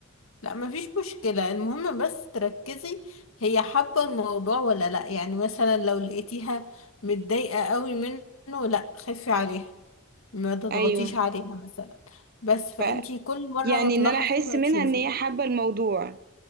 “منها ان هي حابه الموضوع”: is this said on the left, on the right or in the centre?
Right